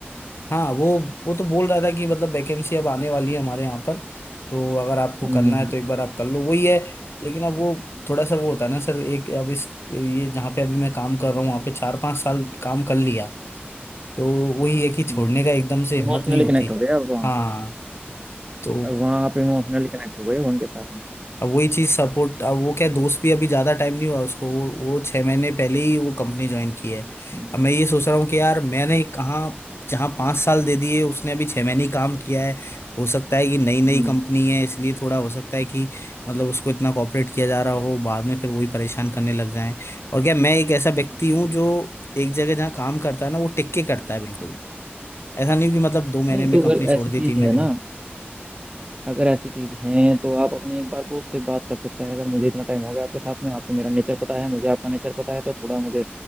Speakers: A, on the left; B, on the right.
A: हाँ वो वो तो बोल रहा था कि मतलब वैकेंसी अब आने वाली है हमारे यहाँ पर तो अगर आपको
B: हम्म
A: करना है तो एक बार आप कर लो वही है लेकिन अब वो थोड़ा सा वो होता है ना सर एक अब इस ये जहाँ पे अभी मैं काम कर रहा हूँ वहाँ पे चार पांच साल काम कर लिया तो वही है कि छोड़ने
B: हम्म
A: का एकदम से हिम्मत
B: इमोशनली
A: नहीं होती
B: कनेक्ट हो गया अब वहाँ
A: हाँ तो
B: अब वहाँ आप इमोशनली कनेक्ट हो गए हो उनके साथ में
A: अब वही चीज सपोर्ट अब वो क्या दोस्त भी अभी ज्यादा टाइम नहीं हुआ उसको वो वो छह महीने पहले ही वो कंपनी ज्वाइन की है
B: हम्म।
A: अब मैं ये सोच रहा हूँ कि यार मैंने कहाँ जहाँ पाँच साल दे दिए उसने अभी छह महीने ही काम किया है हो सकता है कि नई नई
B: हम्म
A: कंपनी है इसलिए थोड़ा हो सकता है कि मतलब उसको इतना कॉपरेट किया जा रहा हो बाद में फिर वही परेशान करने लग जाएं और क्या मैं एक ऐसा व्यक्ति
B: हम्म,
A: हूँ जो एक जगह जहाँ काम करता है ना वो टिक के करता है बिल्कुल ऐसा नहीं कि मतलब दो महीने
B: नहीं
A: में
B: तो
A: कंपनी
B: अगर
A: छोड़
B: ऐसी
A: दी
B: चीज
A: तीन महीने
B: है ना
A: में
B: अगर ऐसी चीज है तो आप अपने एक बार बॉस से बात कर सकते हैं अगर मुझे इतना टाइम हो गया आपके साथ में आपको मेरा नेचर पता है मुझे आपका नेचर पता है तो थोड़ा मुझे